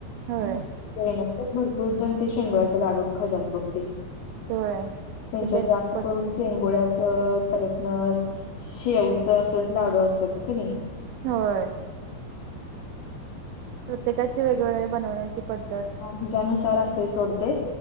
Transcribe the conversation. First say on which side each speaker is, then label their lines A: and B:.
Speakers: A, on the right; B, on the left.
A: होय.
B: येण्यातच भरपूर जण ते शेंगोळ्याचा लाडू खातात बघ ते.
A: होय
B: त्यांच्यात
A: ती त्यांची
B: जास्त
A: पद्धत
B: करून शेंगुळ्याचं परत मग शेवचं असच लाडू असतात क नी.
A: होय. प्रत्येकाचे वेगवेगळे बनवण्याची पद्धत
B: हेच्यानुसार असतंय सोड ते.